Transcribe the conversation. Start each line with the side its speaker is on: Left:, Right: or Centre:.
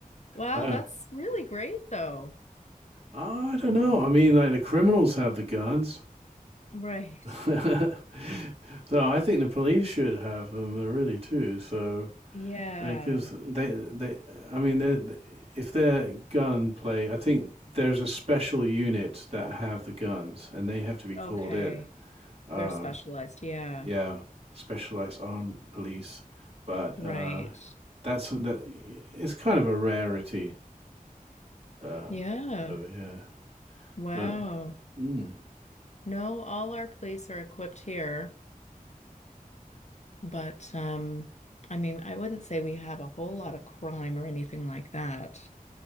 Left: Wow,
Right: Uh,
Left: that's really great though.
Right: I don't know. I mean, like the criminals have the guns,
Left: Right.
Right: <laughs> so I think the police should have them uh, really too. So.
Left: Yeah.
Right: Because they, they, I mean, they're, if they're gunplay, I think there's a special unit that have the guns, and they have to be called
Left: Okay.
Right: in. Um,
Left: They're specialized. Yeah.
Right: yeah, specialized armed police, but
Left: Right.
Right: uh, that's uh, that. It's kind of a rarity uh,
Left: Yeah.
Right: over here.
Left: Wow.
Right: But mm.
Left: No, all our police are equipped here, but um I mean, I wouldn't say we have a whole lot of crime or anything like that